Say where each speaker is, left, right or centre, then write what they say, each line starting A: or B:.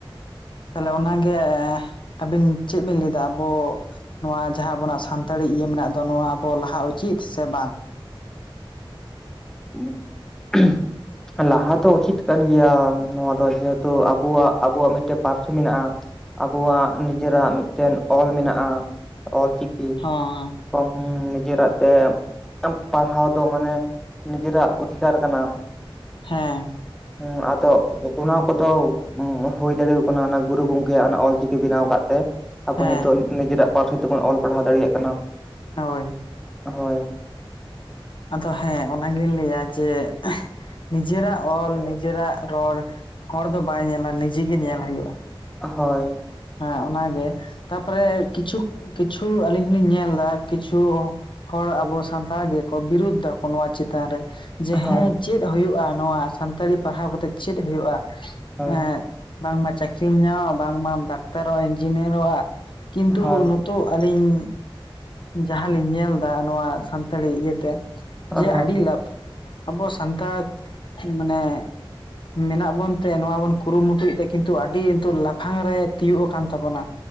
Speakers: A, on the left; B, in the centre.
A: ᱛᱟᱦᱚᱞᱮ ᱚᱱᱟᱜᱮ ᱟᱹᱵᱤᱱ ᱪᱮᱜ ᱵᱤᱱ ᱞᱟᱹᱭᱫᱟ ᱟᱵᱚ ᱱᱚᱣᱟ ᱡᱟᱦᱟᱸ ᱟᱵᱚᱱᱟᱜ ᱥᱟᱱᱛᱟᱲᱤ ᱤᱭᱟᱹ ᱢᱮᱱᱟᱜ ᱫᱚ ᱱᱚᱣᱟ ᱟᱵᱚ ᱞᱟᱦᱟ ᱩᱪᱤᱛ ᱥᱮ ᱵᱟᱝ?
B: <unintelligible>
A: <inaudible>
B: ᱞᱟᱦᱟ ᱫᱚ ᱩᱪᱤᱛ ᱠᱟᱱ ᱜᱮᱭᱟ ᱱᱚᱣᱟ ᱫᱚ, ᱡᱮᱦᱮᱛᱩ ᱟᱵᱚᱣᱟᱜ ᱟᱵᱚᱣᱟᱜ ᱢᱤᱫᱴᱟᱝ ᱯᱟᱹᱨᱥᱤ ᱢᱮᱱᱟᱜᱼᱟ᱾ ᱟᱵᱚᱣᱟᱜ ᱱᱤᱡᱮᱨᱟᱜ ᱢᱤᱫᱴᱮᱱ ᱚᱞ ᱢᱮᱱᱟᱜᱼᱟ, ᱚᱞ ᱪᱤᱠᱤ᱾
A: ᱦᱚᱸᱦᱮᱸ,
B: <unintelligible> ᱱᱤᱡᱮᱨᱟᱜ ᱛᱮᱢ ᱯᱟᱲᱦᱟᱣ ᱫᱚ ᱢᱟᱱᱮ ᱱᱤᱡᱮᱨᱟᱜ ᱚᱫᱷᱤᱠᱟᱨ ᱠᱟᱱᱟ᱾
A: ᱦᱮᱸ᱾
B: ᱦᱩᱸ ᱟᱫᱚ ᱚᱱᱟ ᱠᱚᱫᱚ ᱦᱳᱭ ᱫᱟᱲᱮ ᱠᱟᱱᱟ ᱚᱱᱟ ᱜᱩᱨᱩ ᱜᱚᱝᱠᱮᱭᱟᱜ ᱚᱱᱟ ᱚᱞᱪᱤᱠᱤ ᱵᱮᱱᱟᱣ ᱠᱟᱜ ᱛᱮ᱾ ᱟᱵᱚ
A: ᱦᱮᱸ
B: ᱱᱤᱛᱚᱜ ᱱᱤᱡᱮᱨᱟᱜ ᱯᱟᱹᱨᱥᱤ ᱛᱮᱵᱚᱱ ᱚᱞ ᱯᱟᱲᱦᱟᱣ ᱫᱟᱲᱮᱭᱟᱜ ᱠᱟᱱᱟ᱾
A: ᱦᱳᱭ᱾
B: ᱦᱳᱭ᱾
A: ᱟᱫᱚ ᱦᱮᱸ ᱚᱱᱟᱜᱤᱞᱤᱧ ᱞᱮᱭᱟ ᱡᱮ ᱱᱤᱡᱮᱨᱟᱜ ᱚᱞ, ᱱᱤᱡᱮᱨᱟᱜ ᱨᱚᱲ, ᱦᱚᱲ ᱫᱚ ᱵᱟᱭ ᱧᱮᱞᱟ ᱱᱤᱡᱮᱜᱮ ᱧᱮᱞ ᱦᱳᱭᱳᱜᱼᱟ᱾
B: ᱦᱳᱭ᱾
A: ᱦᱮᱸ ᱚᱱᱟᱜᱮ ᱛᱟᱯᱚᱨᱮ ᱠᱤᱪᱷᱩ, ᱠᱤᱪᱷᱩ ᱟᱹᱞᱤᱧ ᱦᱚᱞᱤᱧ ᱧᱮᱞ ᱫᱟ ᱠᱤᱪᱷᱩ ᱦᱚᱲ ᱟᱵᱚ ᱥᱟᱱᱛᱟᱲ ᱜᱮᱠᱚ ᱵᱤᱨᱩᱫᱽ ᱫᱟᱠᱚ ᱱᱚᱣᱟ ᱪᱮᱛᱟᱱ ᱨᱮ᱾ ᱡᱮ
B: ᱦᱳᱭ
A: ᱦᱮᱸ ᱪᱮᱫ ᱦᱩᱭᱩᱜᱼᱟ ᱱᱚᱣᱟ, ᱥᱟᱱᱛᱟᱲᱤ ᱯᱟᱲᱦᱟᱣ ᱠᱟᱛᱮᱜ ᱪᱮᱫ ᱦᱩᱭᱩᱜᱼᱟ,
B: ᱦᱳᱭ
A: ᱮᱜ ᱵᱟᱝᱢᱟ ᱪᱟᱹᱠᱷᱨᱤᱢ ᱧᱟᱢᱟ ᱵᱟᱝᱢᱟ ᱰᱟᱠᱛᱟᱨᱚᱜᱼᱟ, ᱤᱧᱡᱤᱱᱤᱭᱟᱨᱚᱜᱼᱟ ᱠᱤᱱᱛᱩ
B: ᱦᱳᱭ
A: ᱱᱩ ᱛᱚ ᱟᱹᱞᱤᱧ ᱡᱟᱦᱟᱸ ᱞᱤᱧ ᱧᱮᱞᱫᱟ ᱱᱚᱣᱟ ᱥᱟᱱᱛᱟᱲᱤ ᱤᱭᱟᱹᱛᱮ
B: ᱦᱳᱭ
A: ᱡᱮ ᱟᱹᱰᱤ ᱞᱟᱵᱷ ᱟᱵᱚ ᱥᱟᱱᱛᱟᱲ ᱢᱟᱱᱮ ᱢᱮᱱᱟᱜ ᱵᱚᱱ ᱛᱮ ᱱᱚᱣᱟ ᱵᱚᱱ ᱠᱩᱨᱩᱢᱩᱴᱩᱭᱮᱫ ᱛᱮ ᱠᱤᱱᱛᱩ ᱟᱹᱰᱤ ᱱᱤᱛᱚᱜ ᱞᱟᱯᱷᱟᱝ ᱨᱮ ᱛᱤᱭᱳᱜ ᱟᱠᱟᱱ ᱛᱟᱵᱚᱱᱟ᱾